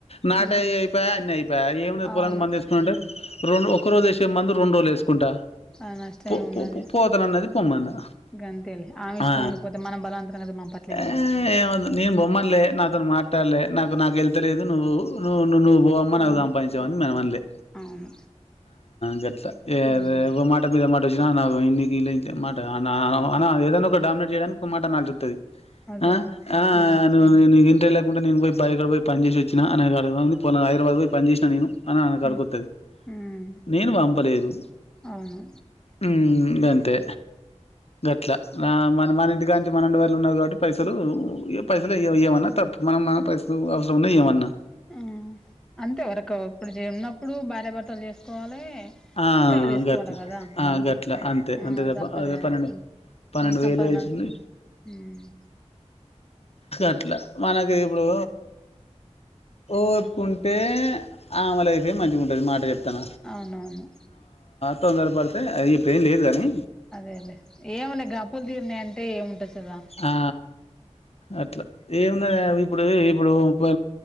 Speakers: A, on the left; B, in the centre.
A: నాట
B: మ్
A: అవి అయిపోయా అన్ని అయియి ఏ
B: అవును
A: పొలాం మందు వేసుకుంటే రెండు ఒక రోజు వే మందు రెండు రోజులు వేసుకుంటా
B: ఆ నష్టమే
A: పో
B: ఉన్నది
A: పో పోతన అన్నది పోమాందా
B: గంతేలే ఆమె ఇష్టం
A: ఆ
B: ఉండిపోతే మనం బలవంతంగా అయితే పంపట్లేము
A: ఆ
B: కదా
A: నన్ బొమ్మల్లే నాతను మాట్ ట్ట నాకు నాకు వెెళ్తలేదు నువ్వు ను్వు నువ్వు బ నాలుగు
B: ఉమె
A: సంపాదించేవు అని మేం ఆన్లే
B: అవును
A: గట్లా ఏవో
B: ఉమ్
A: మాట మీద మా మాట వచ్చినా నాకు ఇకి ఇ మాట ఏదైనా ఒక డామినేట్ చేయడానికి ఒక మాటనటు చుస్తాది
B: అదే
A: ఆ ఆ
B: ఉమ్
A: నువు నీవు ఇంతే లే నేను పోయి బైక్కడ పోయి పని చేసి వచ్చినా అ హైరాబాద్ పోయి పని చేసిన నేను అని ఆన కడుకతది
B: ఉమ్ ఉమ్
A: నేను పంపలేదు
B: అవును
A: ఉ గంతే గట్ల మన మన ఇంటికా నుంచి మనం వళ ఉన్నారు కాబట్టి పైసలు పైసలు ఇవమన్నా తప్పు మన మన పైస్త అవసరం ఉన్నాయ్ ఏమన్నా
B: ఆ అంతే వరకు ఇప్పుడు ఉన్నప్పుడు భార్యాభర్తలు చేసుకోవాలి
A: ఆ
B: ఇంటోళ్ళు తీసుకోవాలి
A: గట్లా
B: కదా
A: ఆ గట్లా అంతే
B: ఆ
A: అంతే
B: అది
A: తప్ప
B: తప్పదు
A: అదే
B: కదా
A: పన్నెండు
B: తప్పదు
A: పన్నెండు
B: నీ సంపాదన
A: వేలు వేసింది
B: ఉమ్
A: ఇట్లా మనకి ఇప్పుడు చూసుకుం అంటే ఆమె లైఫే మంచిగా ఉంటుంది మాట చెప్తన
B: అవునవును
A: తొందర పడితే ఇప్పుడు ఏం లేదుగాని
B: అదే అది ఏమన్నాయి గ అప్పులు తీరినాయి అంటే ఏముంటది దా
A: ఆ అట్లా ఏమున్నది వా ఇప్పుడు ప